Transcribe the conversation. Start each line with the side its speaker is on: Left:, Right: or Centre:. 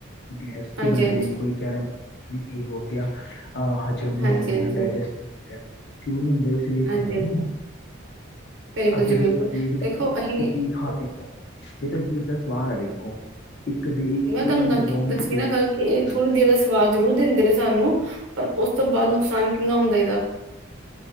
Left: ਗੈਸ
Right: ਹਾਂਜੀ
Left: ਜੀ ਬਣ
Right: ਹਾਂਜੀ
Left: ਰਹੀ ਕੋਈ ਕਹਿ ਰਹਾ ਨੀ ਕਿ ਹੋਗਿਆ ਅ ਹਜੇ ਕਿਉਂ ਨੀ
Right: ਹਾਂਜੀ
Left: ਹੋ ਰਿਹਾ
Right: ਹਾਂਜੀ
Left: ਮੈਨੂੰ ਡਾਇਜੈਸਟ ਕਿਉਂ ਨੀ ਹੁੰਦਾ ਇਸ ਲਈ
Right: ਹਾਂਜੀ
Left: ਤਾਂ ਹੁੰਦਾ
Right: ਹਾਂਜੀ
Left: ਨੀ ਉਹ
Right: ਬਿਲਕੁਲ
Left: ਅਸੀਂ
Right: ਜੀ
Left: ਜਦ
Right: ਬਿਲਕੁਲ
Left: ਦੇਖਦੇ
Right: ਦੇਖੋ
Left: ਹਾਂ
Right: ਅਸੀਂ
Left: ਕਿ ਕੀ ਖਾ ਰਹੇ ਇਹ ਤਾਂ ਜੀਭ ਦਾ ਸਵਾਦ ਹੈ ਦੇਖੋ ਇੱਕ ਦੇ ਇੱਕ
Right: ਮੈਂ ਤੁਹਾਨੂੰ
Left: ਮਿੰਟ
Right: ਦ
Left: ਦੋ
Right: ਦੱਸੀ
Left: ਮਿੰਟ ਤਿੰਨ
Right: ਨਾ ਗੱਲ ਕਿ ਇਹ ਥੋੜ੍ਹੀ ਦੇਰ ਦਾ ਸਵਾਦ ਜ਼ਰੂਰ ਦਿੰਦੇ ਨੇ ਸਾਨੂੰ ਪਰ ਉਸ ਤੋਂ ਬਾਅਦ ਨੁਕਸਾਨ ਕਿੰਨਾ ਹੁੰਦਾ ਇਹਦਾ।